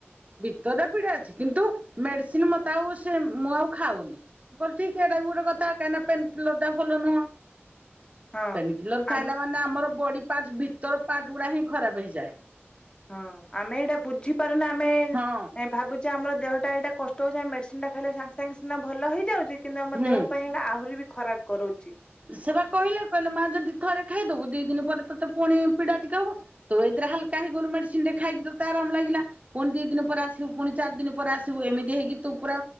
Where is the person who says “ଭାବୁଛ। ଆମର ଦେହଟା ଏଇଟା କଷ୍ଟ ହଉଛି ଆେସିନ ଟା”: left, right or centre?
Left